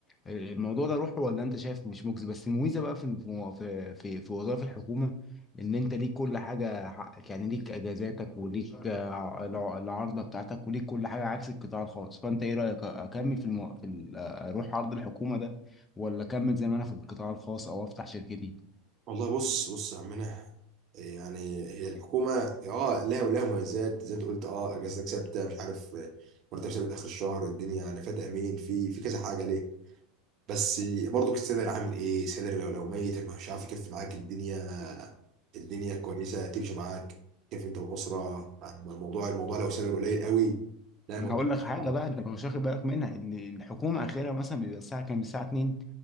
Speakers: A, on the left (about 25°); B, on the right (about 45°).
A: الموضوع ده روحه ولا انت شايف مش مجزي بس الميزه بقى في في في, في وظائف الحكومه ان انت ليك كل حاجه حقك يعني ليك اجازاتك وليك آه، الع- العارضه بتاعتك وليك كل حاجه عكس القطاع الخاص فانت ايه رايك اكمل في, المو... في ال... آه، اروح عرض الحكومه ده ولا اكمل زي ما انا في القطاع الخاص او افتح شركتي
B: والله بص بص يا عمنا يعني هي الحكومه هي اه لها ولها مميزات زي ما انت قلت اه اجازتك ثابته مش عارف مرتب ثابت اخر الشهر الدنيا يعني فات امين في في كذا حاجه ليه بس برضو السيلر عامل ايه سيلر لو لو ميت مش عارف يكفي معاك الدنيا الدنيا كويسه تمشي معاك كيف انت والاسره الموضوع الموضوع لو سيلر قليل قوي لا الموضوع
A: انا هقول لك حاجه
B: صعب.
A: بقى انت مش واخد بالك منها ان الحكومه اخرها مثلا بيبقى الساعه كام الساعه 2